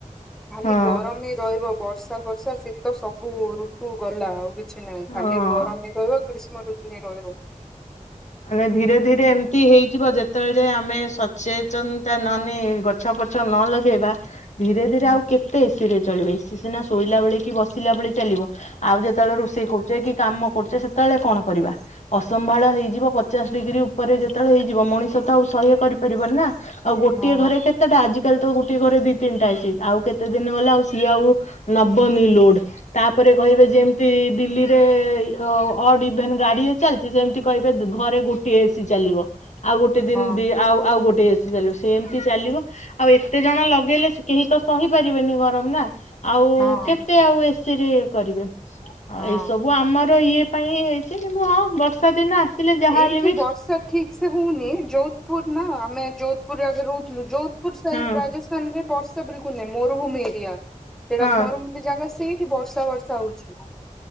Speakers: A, in the centre; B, on the left.
A: ଖାଲି
B: ହଁ
A: ଗରମ ହିଁ ରହିବ ବର୍ଷା ବର୍ଷା ବର୍ଷା ଶୀତ ସବୁ ଋତୁ ଗଲା ଆଉ କିଛି ନାହିଁ
B: ହଁ।
A: ଖାଲି ଗରମ ହିଁ ରହିବ ଗ୍ରି ଷ୍ମ ଋତୁ ଯାଇ ରହିବ।
B: ମାନେ ଧୀରେ ଧୀରେ ଏମିତି ହେଇଯିବ ଯେ ଯେତେବେଳେ ଯାଏଁ ଆମେ ସଚେତନତା ନ ନେଇ ଗଛ ପଛ ନ ଲଗେଇବା ଧୀରେ ଧୀରେ
A: ହଁ
B: ଆଉ କେତେ ଏସି ରେ ଚଳିବେ, ଏସି ସିନା ଶୋଇଲା ବେଳେ କି ବସିଲା ବେଳେ ଚାଲିବ। ଆଉ ଯେତେବେଳେ ରୋଷେଇ କରୁଛେ କି କାମ କରୁଛେ ସେତେବେଳେ କଣ କରିବା ଅସମ୍ଭାଳ ହେଇଯିବ। ପଚାଶ ଡିଗ୍ରୀ ଉପରେ ଯେତେବେଳେ ହେଇଯିବ ମଣିଷ ତ ଆଉ ସହ୍ୟ କରିପାରିବନି ନା ଆଉ ଗୋଟିଏ
A: ହଁ
B: ଘରେ କେତେଟା ଆଜି ଆଜି କାଲି ତ ଗୋଟେ ଘରେ ଦି ତିନିଟା ଏସି ଆଉ କେତେ ଦିନ ଗଲେ ଆଉ ସିଏ ଆଉ ନବନି ଲୋଡ ତାପରେ କହିବେ ଯେମ ତି ଦିଲ୍ଲୀରେ ଅଡ ଇଭେନ୍ ଗାଡି ଚାଲିଛି ସେମତି କହିବେ ଘ ଗୋଟଏ ଏସି ଚାଲିବ, ଆଉ ଗୋଟେ ଦିନ
A: ହଁ
B: ଦ ଆଉ ଆଉ ଗୋଟେ ଏସି ଚାଲିବ, ସେ ଏମିତି ଚାଲିବ। ଆଉ ଏତେ ଜଣ ଲଗେଇଲେ ସେ କେହି ତ ସହିପାରିବେନି ଗରମ ନା। ଆଉ
A: ହଁ
B: କେତେ ଆଉ ଏସି ରେ କରିବେ
A: ହଁ।
B: ଏଇ ସବୁ ଆମର ଇଏ ପାଇଁ ହେଇଛି କିନ୍ତୁ ହଁ ବର୍ଷା ଦିନ ଆସିଲେ ଯାହାହେଲେ
A: ଏଇଠି
B: ବି
A: ବର୍ଷା ଠିକ ସେ ହଉନି, ଯୋଧପୁର ନା ଆମେ ଯୋଧପୁରରେ ଆଗେ ରହୁଥିଲୁ ଯୋଧପୁର ସ
B: ହଁ
A: ରାଜସ୍ଥାନରେ ବର୍ଷା ବିଲକୁଲ ନାଇଁ ମରୁଭୂମି ଏରିଆ ସେଟା
B: ହଁ।
A: ମରୁଭୂ ଯାଙ୍ଗ ସେଇଠି ବର୍ଷା ବର୍ଷା ହଉଛି।